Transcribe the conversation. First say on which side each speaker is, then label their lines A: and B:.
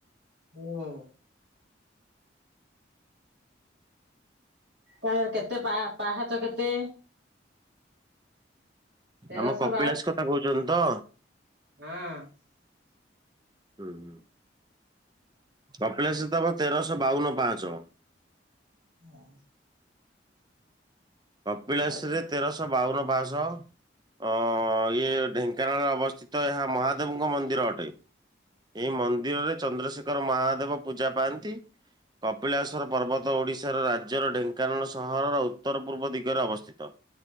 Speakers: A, on the right; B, on the right.
A: ହୁଁ। କ କେତେ ପା ପାହାଚ କେତେ? ତେରଶହ
B: ଆମ କପିଳାସ କଥା କହୁଛନ୍ତି ତ?
A: ହୁଁ।
B: ହୁଁ। କପିଳାଶ ତମ ତେରଶହ ବାଉନ ପାହାଚ।
A: ହଁ।
B: କପିଳାସରେ
A: ଆଉ
B: ତେରଶହ ବାଉନ ପାହାଚ। ଅଁ ଇଏ ଢେଙ୍କାନାଳରେ ଅବସ୍ଥିତ ଏହା ମହାଦେବଙ୍କ ମନ୍ଦିର ଅଟେ। ଏଇ ମନ୍ଦିରରେ ଚନ୍ଦ୍ରଶେଖର ଶେଖର ମହାଦେବ ପୂଜା ପାଆନ୍ତି। କପିଳାସର ପର୍ବତ ଓଡ଼ିଶାର ରାଜ୍ୟର ଢେଙ୍କାନାଳ ସହରର ଉତ୍ତର ପୂର୍ବ ଦିଗରେ ଅବସ୍ଥିତ।